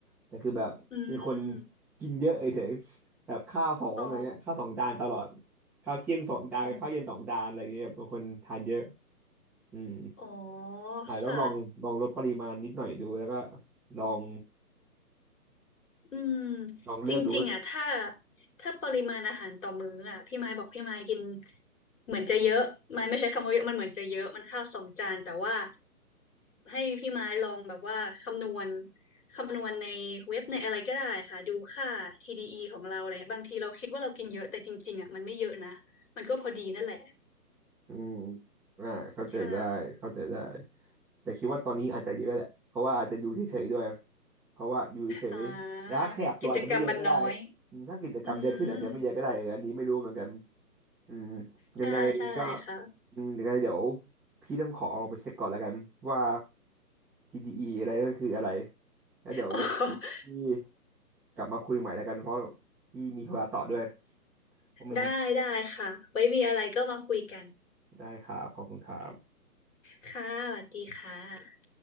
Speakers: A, in the centre; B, on the left.
A: แต่คือแบบเป็นคน
B: อืม
A: กินเยอะเฉยๆแบบข้าวสองอะไรเงี้ยข้าวสองจานตลอด
B: อ๋อ
A: ข้าวเที่ยงสองจานข้าวเย็นสองจานอะไรเงี้ยเป็นคนทานเยอะ
B: อ๋อ
A: อืม
B: อ๋อ
A: อาจจะต้องลองลองลดปริมาณนิดหน่อยดูแล้วก็
B: ค่ะ
A: ลอง
B: อืม
A: ลองเลือกดูว่า
B: จริงๆอ่ะถ้าถ้าปริมาณอาหารต่อมื้ออ่ะพี่ไม้บอกพี่ไม้กินเหมือนจะเยอะไม้ไม่ใช้คำว่าเยอะมันเหมือนจะเยอะมันข้าวสองจานแต่ว่าให้พี่ไม้ลองแบบว่าคำนวณคำนวณในเว็บในอะไรก็ได้ค่ะดูค่า TDE ของเราอะไรเงี้ยบางทีเราคิดว่าเรากินเยอะแต่จริงๆอ่ะมันไม่เยอะนะมันก็พอดีนั่นแหละ
A: อืมอ่าเข้าใจได้เข้าใจได้
B: ใช่
A: แต่คิดว่าตอนนี้อาจจะเยอะแหละเพราะว่าอาจจะอยู่เฉยๆด้วย เพราะว่าอยู่เฉยๆแล้วขยับตัวอาจจะไม่เยอะก็ได้
B: อ่ากิจกรรมมันน้อย
A: อืมถ้ากิจกรรมเยอะขึ้นอาจจะไม่เยอะก็ได้เอออันนี้ไม่รู้เหมือนกัน
B: อืม
A: อืม
B: ใช่ใช่ค่ะ
A: ยังไงก็อืมยังไงเดี๋ยวพี่ต้องขอลองไปเช็คก่อนแล้วกันว่า TDE ออะไรนั่นคืออะไรแล้วเดี๋ยวยังไงพี่
B: <laughs>
A: กลับมาคุยใหม่แล้วกันเพราะพี่มีธุระต่อด้วยต้องไปทำธุระ
B: ได้ได้ค่ะไว้มีอะไรก็มาคุยกัน
A: ได้ครับขอบคุณครับ
B: ค่ะสวัสดีค่ะ